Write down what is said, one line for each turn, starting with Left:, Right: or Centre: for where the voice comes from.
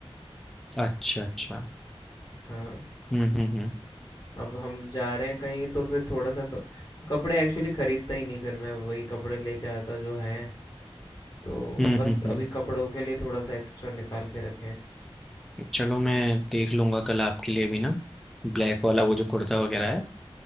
Centre: अच्छा अच्छा
Left: हाँ,
Centre: हम्म हम्म हम्म
Left: अब हम जा रहे हैं कहीं तो फिर थोड़ा-सा क कपड़े एक्चुअली खरीदता ही नहीं फिर मैं वही कपड़े ले जाता जो हैं, तो
Centre: हम्म
Left: बस
Centre: हम्म हम्म,
Left: अभी कपड़ों के लिए थोड़ा-सा एक्स्ट्रा निकाल के रखे हैं।
Centre: चलो मैं देख लूँगा कल आपके लिए भी ना ब्लैक वाला वो जो कुर्ता वगैरह है